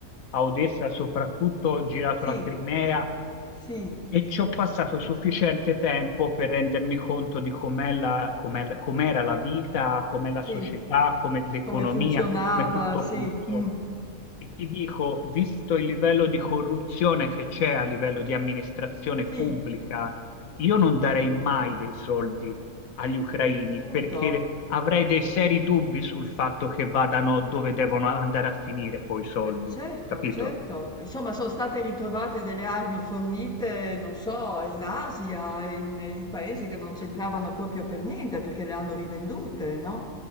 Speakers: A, on the left (about 80°); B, in the centre.
A: a Odessa soprattutto, ho girato
B: Sì.
A: la Crimea
B: Sì.
A: E ci ho passato sufficiente tempo per rendermi conto di com'è la- com'è- com'era la vita, com'è la
B: Sì,
A: società, com'è l'economia,
B: come funzionava,
A: come tutto
B: sì,
A: funziona.
B: mh.
A: E ti dico, visto il livello di corruzione che c'è a livello di amministrazione
B: Sì,
A: pubblica, io non darei mai dei soldi agli ucraini
B: eh, appunto.
A: perché avrei dei seri dubbi sul fatto che vadano dove devono andare a finire poi i soldi,
B: Eh, certo,
A: capito?
B: certo. Insomma, sono state ritrovate delle armi fornite, non so, in Asia, in, in paesi che non c'entravano proprio per niente perché le hanno rivendute, no?